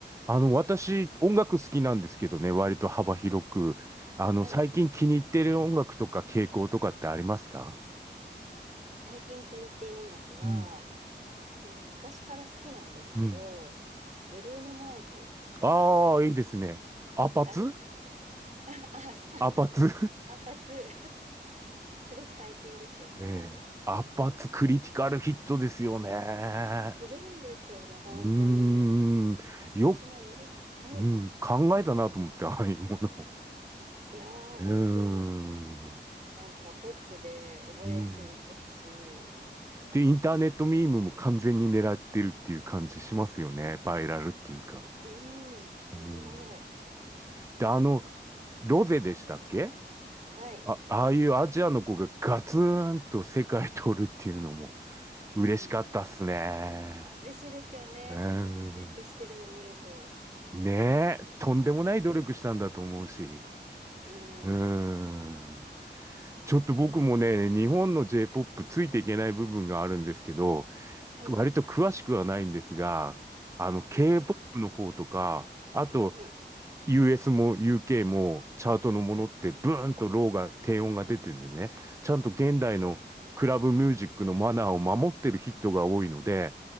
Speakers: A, on the right; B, on the right.
A: あの、私、音楽好きなんですけどね、割と幅広く。あの、
B: はい。
A: 最近気に入ってる音楽とか傾向とかってありますか
B: 最近気に入っている音楽は、
A: うん、
B: うんと、昔から好きなんですけど、
A: うん。
B: ブルーノ・マーズ
A: ああー、いいですね。アパツ
B: 大好きで。<laughs> あ、さ
A: アパツ
B: アンパツ <laughs>。すごく最近ですよね。
A: <laughs> ねえ、アパツクリティカルヒットですよね。
B: すごいですよね、本当に。
A: うーん、よ、
B: 私のメイ、はい。
A: うん、考えたなと思って、<laughs> ああいうものを。
B: いやー、
A: うーん、
B: 本当、なんかポップで覚えやすいですし、
A: うん。で、インターネットミームも完全に狙ってるっていう感じしますよね。バイラルっていうか。
B: うん、すごい。
A: うんで、あの、
B: あの、
A: ロゼでしたっけ
B: はい。
A: あ、ああいうアジアの子がガツンと世界取るっていうのも嬉しかったっすね。
B: うん、嬉しいですよね、
A: うん。
B: なんか活躍してるの見ると。
A: ねえ、とんでもない努力したんだと思うし。
B: うーん。
A: うん。ちょっと僕もね、
B: うん
A: 日本の J-POP ついていけない部分があるんですけど、
B: はい、
A: 割と詳しくはないんですが、あの、
B: はい、
A: K-POP の方とか、あと、
B: はい。
A: US も UK もチャートのものってブーンとローが低音が出てるんでね、ちゃんと現代のクラブミュージックのマナーを守ってるヒットが多いので、
B: お